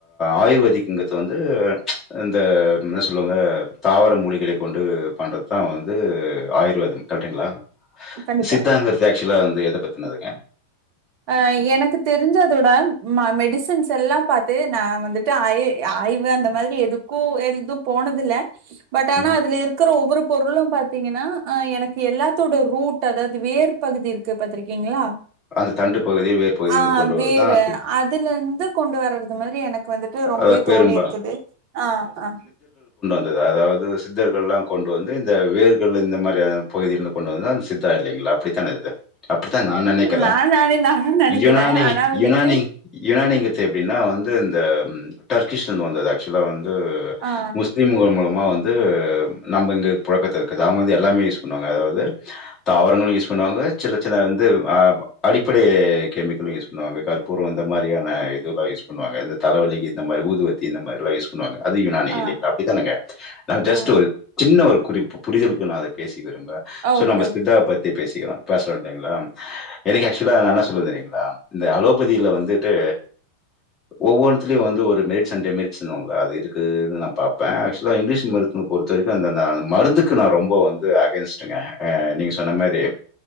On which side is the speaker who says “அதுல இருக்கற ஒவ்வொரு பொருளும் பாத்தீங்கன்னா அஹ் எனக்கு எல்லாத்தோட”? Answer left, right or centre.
Right